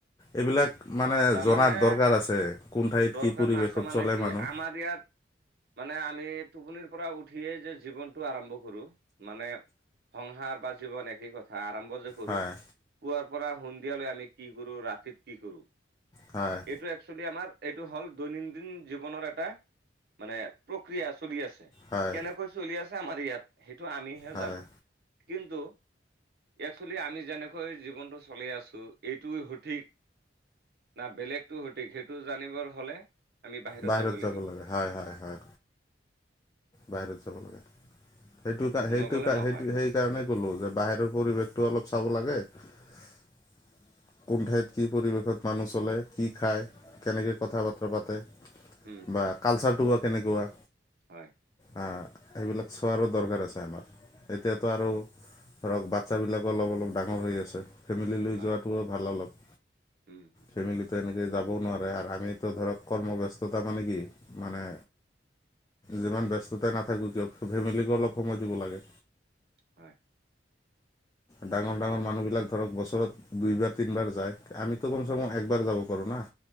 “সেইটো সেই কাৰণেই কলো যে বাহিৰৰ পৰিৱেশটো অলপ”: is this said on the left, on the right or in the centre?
Left